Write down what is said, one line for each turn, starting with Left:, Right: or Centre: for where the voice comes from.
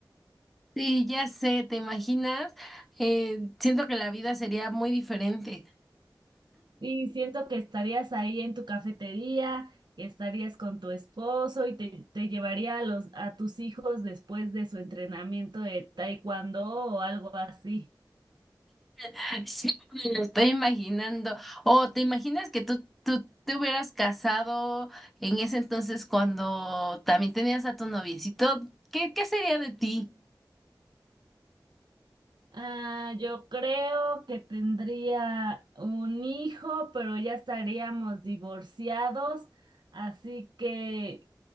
Centre: Sí, ya sé, ¿te imaginas? Eh, siento que la vida sería muy diferente.
Right: Y siento que estarías ahí en tu cafetería, estarías con tu esposo y te, te llevaría a los, a tus hijos después de su entrenamiento de taekwondo o algo así.
Centre: <laughs> Sí, me lo estoy imaginando. O te imaginas que tú, tú te hubieras casado en ese entonces cuando también tenías a tu noviecito. ¿Qué, qué sería de ti?
Right: Ah, yo creo que tendría un hijo, pero ya estaríamos divorciados, así que